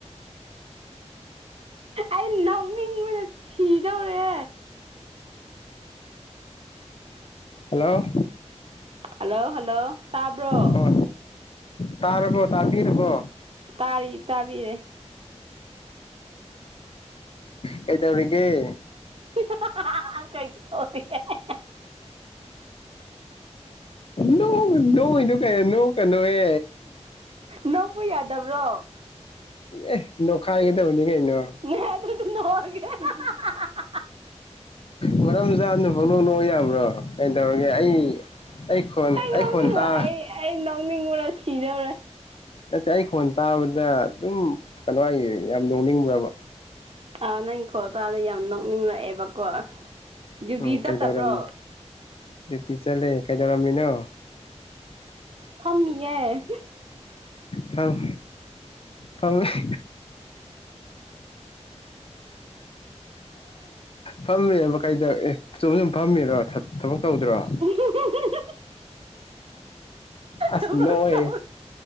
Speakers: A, on the right; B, on the left.
A: ꯑꯩ ꯅꯧꯅꯤꯡꯕꯅ ꯁꯤꯗꯧꯔꯦ
B: ꯍꯜꯂꯣ
A: ꯍꯜꯂꯣ ꯍꯜꯂꯣ ꯇꯥꯕ꯭ꯔꯣ
B: ꯍ ꯇꯥꯔꯔꯕꯣ ꯇꯥꯕꯤꯔꯔꯕꯣ
A: ꯇꯥꯔꯤ ꯇꯥꯕꯤꯔꯦ
B: ꯀꯩꯗꯧꯔꯤꯒ‌ꯦ
A: <unintelligible>
B: ꯅꯣꯡ ꯅꯣꯏꯗꯨ ꯀꯩꯅꯣ ꯅꯣꯀꯅꯨꯍꯦ
A: ꯅꯣꯛꯄ ꯌꯥꯗꯕ꯭ꯔꯣ
B: ꯑꯦ ꯅꯈꯥꯏꯒꯗꯕꯅꯤ ꯀꯩꯅꯣ
A: ꯉꯥꯏꯍꯛꯇꯁꯨ ꯅꯣꯛ ꯑꯒꯦ <unintelligible>
B: ꯃꯔꯝ ꯆꯥꯗꯅꯥ ꯄꯪꯅꯣꯛ ꯅꯣꯛ ꯌꯥꯕ꯭ꯔꯣ ꯀꯩꯗꯧꯔꯒꯦ ꯑꯩ ꯑꯩ ꯈꯣꯟ ꯑꯩ
A: ꯅꯣꯛꯅꯤꯡꯕ
B: ꯈꯣꯟ ꯇꯥ
A: ꯑꯩ ꯑꯩ ꯅꯣꯛꯅꯤꯡꯕꯅꯥ ꯁꯤꯗꯧꯔꯦ
B: ꯅꯠꯇꯦ ꯑꯩ ꯈꯣꯟ ꯇꯥꯕꯗ ꯑꯗꯨꯝ ꯀꯩꯅꯣ ꯍꯥꯏ ꯌꯥꯝ ꯅꯣꯡꯅꯤꯡꯕ꯭ꯔꯕ
A: ꯑꯥ ꯅꯪ ꯈꯣꯟ ꯇꯥꯥꯕꯥꯗ ꯌꯥꯝ ꯅꯣꯛꯅꯤꯡꯂꯛꯑꯦꯕꯀꯣ ꯗ꯭ꯌꯨꯇꯤ
B: ꯎꯝ
A: ꯆꯠꯇꯕ꯭ꯔꯣ
B: ꯀꯩꯗꯧꯔꯝ ꯗꯨꯏꯇꯤ ꯆꯠꯂꯦ ꯀꯩꯗꯧꯔꯝꯃꯤꯅꯣ
A: ꯐꯝꯃꯤꯑꯦ
B: ꯐꯝ ꯐꯝ <unintelligible> ꯐꯝꯃꯦꯕ ꯀꯩꯗ ꯑꯦ ꯁꯨꯝ ꯁꯨꯝ ꯐꯝꯃꯤꯔꯣ ꯊꯕꯛ ꯇꯧꯗ꯭ꯔꯣ
A: <unintelligible>
B: ꯑꯁ
A: ꯊꯕꯛ
B: ꯅꯣꯛꯏ
A: ꯇꯧ